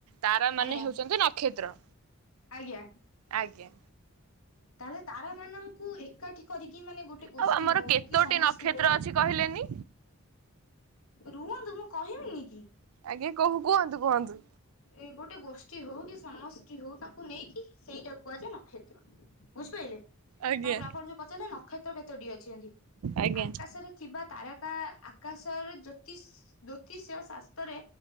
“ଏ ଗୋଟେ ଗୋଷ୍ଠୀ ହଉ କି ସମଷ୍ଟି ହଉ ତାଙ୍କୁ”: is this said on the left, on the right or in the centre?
Left